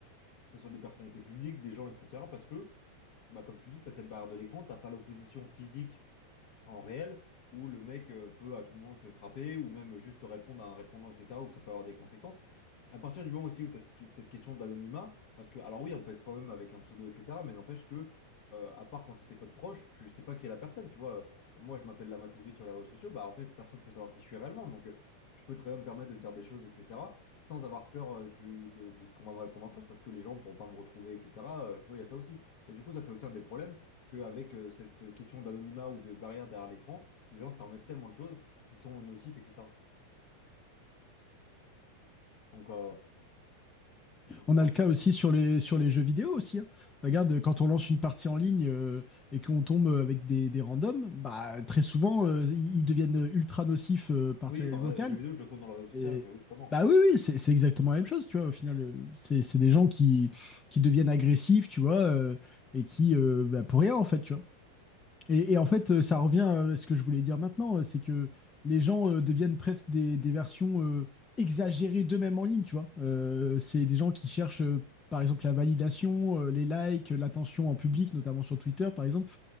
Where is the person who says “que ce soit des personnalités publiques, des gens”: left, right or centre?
Left